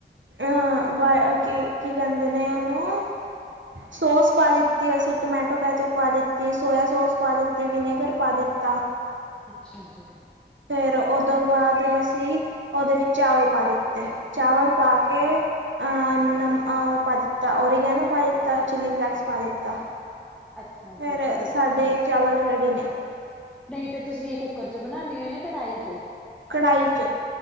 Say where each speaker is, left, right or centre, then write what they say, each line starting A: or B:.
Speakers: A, on the right; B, in the centre.
A: ਅਹ ਬਾ--ਕੀ-ਕੀ ਕਹਿੰਦੇ ਨੇ ਉਹਨੂੰ ਸੋਸ ਪਾ ਦਿੱਤੀ ਅਸੀ ਟਮੈਟੋ-ਕੈਚਅਪ ਪਾ ਦਿੱਤੀ, ਸੋਇਆ ਸੋਸ ਪਾ ਦਿੱਤੀ, ਵਿਨੇਗਰ ਪਾ ਦਿੱਤਾ।
B: ਅੱਛਾ ਜੀ।
A: ਫਿਰ, ਉਹਦੋਂ ਬਾਅਦ ਅਸੀਂ ਉਹਦੇ ਵਿੱਚ ਚਾਵਲ ਪਾ ਦਿੱਤੇ ਚਾਵਲ ਪਾਕੇ ਨਮ--ਉ--ਪਾਦਿੱਤਾ, ਓਰਗਨੋ ਪਾ ਦਿੱਤਾ, ਚੀਲੀ ਫਲੈਕਸ ਪਾ ਦਿੱਤਾ
B: ਅੱਛਾ ਜੀ।
A: ਫਿਰ
B: ਠੀਕ
A: ਸਾਡੇ
B: ਹੈ ਜੀ,
A: ਚਾਵਲ ਰੈਡੀ ਨੇ
B: ਨਹੀਂ ਤੇ ਤੁਸੀਂ ਕੁੱਕਰ'ਚ ਬਣਾਨੇ ਓ, ਯਾ ਕੜਾਈ'ਚ?
A: ਕੜ੍ਹਾਹੀ 'ਚ